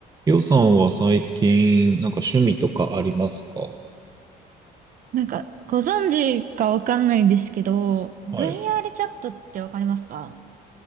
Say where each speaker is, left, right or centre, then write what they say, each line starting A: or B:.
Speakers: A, on the right; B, on the right.
A: りょうさんは最近、なんか趣味とかありますか
B: なんか、ご存知かわかんないんですけど、VR
A: はい。
B: チャットってわかりますか